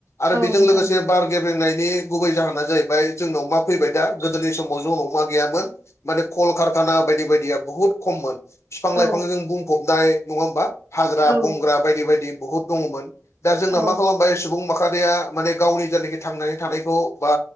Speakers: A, on the left; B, on the right.
A: आरो
B: औ
A: बेजों
B: नोंथां
A: लोगोसे बार गेबेंनायनि गुबै जाहोना जाहैबाय जोंनाव मा फैबाय दा गोदोनि समाव जों उनाव मा गैयामोन? माने कलकारखाना बायदि बायदिया बुहुत खममोन। बिफां
B: औ
A: लाइफांजों बुंफबनाय नङा होमबा हाग्रा
B: औ
A: बंग्रा बायदि बायदि बहुद दङमोन। दा जोंनाव
B: औ
A: मा खालामबाय सुबुं माहारिया माने गावनि जायनाखि थांनानै थानायखौ बा